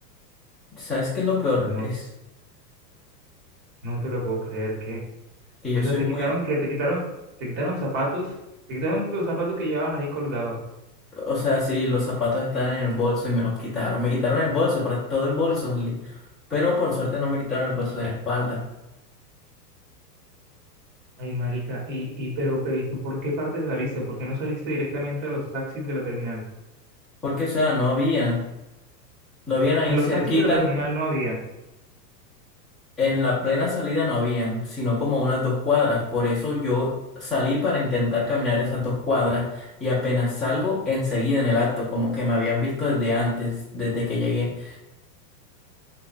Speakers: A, in the centre; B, on the right.
A: ¿Sabes qué es lo peor?
B: no,
A: Es
B: no te lo puedo creer, ¿qué?
A: que yo
B: O sea,
A: soy
B: te
A: muy...
B: quitaron, ¿qué? Te quitaron, te quitaron zapatos, te quitaron los zapatos que llevabas ahí colgados.
A: O sea, sí, los zapatos están en el bolso y me los quitaron. Me quitaron el bolso, para todo el bolso. li- Pero por suerte no me quitaron el bolso de la espalda.
B: Ay, marica, y, y, pero, pero, ¿y tú por qué parte saliste? ¿Por qué no saliste directamente a los taxis de la terminal?
A: Porque, o sea, no habían. No habían ahí
B: En los
A: cerquita.
B: taxis de la terminal no había.
A: En la plena salida no habían, sino como a unas dos cuadras. Por eso yo salí para intentar caminar esas dos cuadras y apenas salgo enseguida en el acto, como que me habían visto desde antes, desde que llegué.